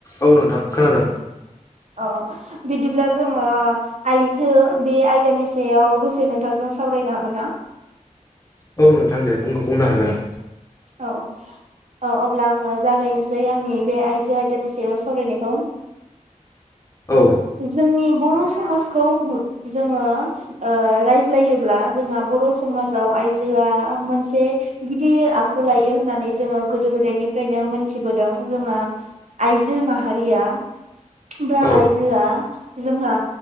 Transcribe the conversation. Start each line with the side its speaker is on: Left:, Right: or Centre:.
Left: औ नोंथां खोनादों
Right: अ बिदिब्ला जोङो आइजो बे आयदानि सायाव दसे नोंथांजों सावरायनो हागोन ना
Left: औ नोंथां दे बुंनो बुंनो होगोन
Right: औ औ अब्ला आङो जागायनोसै आं आंनि बे आइजो आयदानि सायाव सावरायनायखौ
Left: औ
Right: जोंनि बर' समाज खै जोङो ओ रायज जायोब्ला जोंहा बर' समाज गाव आइजोआ मोनसे गिदिर खौ लायो होननानै जोङो गोदो गोदायनिफ्रायनो मोनथिबोदों जोंहा आइजो माहारिया बा
Left: औ
Right: आइजोआ जोंहा